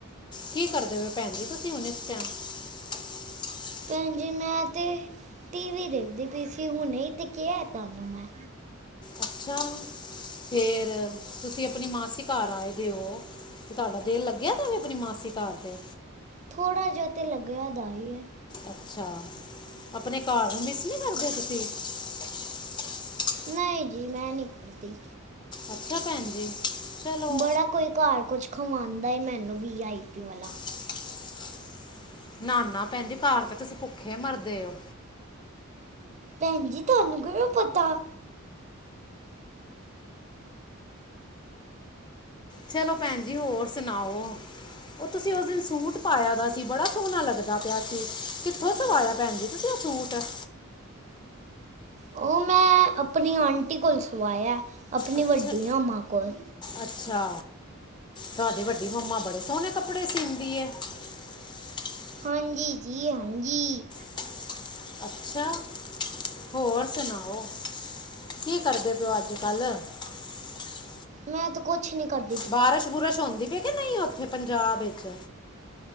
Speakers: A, on the left; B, on the right.
A: ਕੀ ਕਰਦੇ ਹੋ। ਭੈਣ ਜੀ, ਤੁਸੀਂ ਹੁਣ ਇਸ ਟੈਮ। <unintelligible>
B: ਭੈਣ ਜੀ ਮੈਂ ਤਾਂ, ਟੀ ਵੀ ਦੇਖਦੀ ਪਈ ਸੀ, ਹੁਣੇ ਇਹ ਤਾਂ ਕੇਆ ਹੈ ਤੁਹਾਨੂੰ ਮੈਂ
A: ਅੱਛਾ ਫੇਰ ਤੁਸੀਂ ਆਪਣੀ ਮਾਸੀ ਘਰ ਆਏ ਦਿਓ। ਤੇ ਤਾਡਾ ਦਿਲ ਲੱਗਿਆ ਦਾਵੇ, ਆਪਣੀ ਮਾਸੀ ਘਰ ਤੇ।
B: ਥੋੜ੍ਹਾ ਜਿਹਾ ਤਾਂ, ਲੱਗਿਆ ਦਾ ਹੀ ਹੈ।
A: ਅੱਛਾ ਆਪਣੇ ਘਾਰ ਨੂੰ ਮਿਸ ਨਹੀ ਕਰਦੇ ਤੁਸੀਂ। ਹ <unintelligible>
B: ਨਹੀਂ ਜੀ, ਮੈਂ ਨਹੀਂ ਕਰਦੀ।
A: ਅੱਛਾ ਭੈਣ ਜੀ। ਚਲੋ
B: ਬੜਾ ਕੋਈ ਘਰ ਕੁਝ ਖਵਾਂਦਾ ਏ, ਮੈਨੂੰ ਵੀ ਆਈ ਪੀ ਵਾਲਾ।
A: <unintelligible> ਨਾ- ਨਾ ਭੈਣ ਜੀ, ਘਰ ਤੇ ਤੁਸੀਂ ਭੁੱਖੇ ਮਰਦੇ ਹੋ।
B: ਭੈਣ ਜੀ, ਤੁਹਾਨੂੰ ਕਿਵੇਂ ਪਤਾ।
A: ਚਲੋ ਭੈਣ ਜੀ। ਹੋਰ ਸੁਣਾਓ। ਉਹ ਤੁਸੀਂ ਉਸ ਦਿਨ ਸੂਟ ਪਾਇਆ ਦਾ ਸੀ, ਬੜਾ ਸੋਣਾ ਲੱਗਦਾ ਪਿਆ ਸੀ। ਕਿੱਥੋਂ ਸਵਾਇਆ। ਭੈਣ ਜੀ, ਤੁਸੀ ਓ ਸੂਟ <unintelligible>
B: ਉਹ, ਮੈਂ ਆਪਣੀ ਆਂਟੀ ਕੋਲ ਸਵਾਇਆ। ਆਪਣੀ
A: ਅੱਛਾ
B: ਵੱਡੀ ਮਾਂ ਕੋਲ
A: ਅੱਛਾ ਤੁਹਾਡੀ ਵੱਡੀ ਮੰਮਾ, ਬੜੇ ਸੋਣੇ ਕੱਪੜੇ ਸੀਂਦੀ ਹੈ। <unintelligible>
B: ਹਾਂਜੀ ਜੀ, ਹਾਂਜੀ।
A: <unintelligible> ਅੱਛਾ ਹੋਰ ਸੁਣਾਓ, ਕੀ ਕਰਦੇ ਪਿਓ ਅੱਜ-ਕੱਲ੍ਹ <unintelligible>
B: ਮੈਂ ਤਾਂ ਕੁਛ ਨਹੀਂ, ਕਰਦਾ
A: ਬਾਰਿਸ਼- ਬੂਰਿਸ਼ ਹੁੰਦੀ ਪਈ ਕਿ ਨਹੀਂ, ਉੱਥੇ ਪੰਜਾਬ ਵਿੱਚ